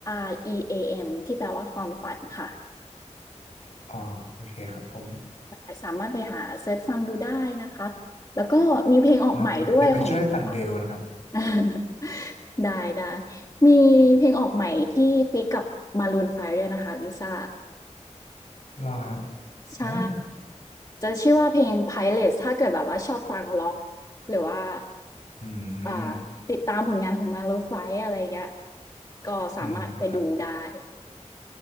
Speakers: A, on the left (about 30°); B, on the left (about 65°).
A: R E A M ที่แปลว่าความฝันค่ะ
B: อ๋อโอเคครับผม
A: ใช่สามารถไปหาเซิร์ชฟังดูได้นะคะแล้วก็มีเพลงออกใหม่ด้วยของลิซ่า
B: โอเคเดี๋ยวไปช่วยปั่นเบลนะครับ
A: <laughs> ได้ได้มีเพลงออกใหม่ที่ฟีกกับ Maroon 5ด้วยนะคะลิซ่า
B: รอฮะโอ้
A: ใช่จะชื่อว่าเพลง Pilot ถ้าเกิดแบบว่าชอบฟังล็อกหรือว่า
B: อื
A: อ่า
B: ม
A: ติดตามผลงานของ Maroon 5อะไรอย่างเงี้ยก็สามารถไปดูได้
B: อืมครับ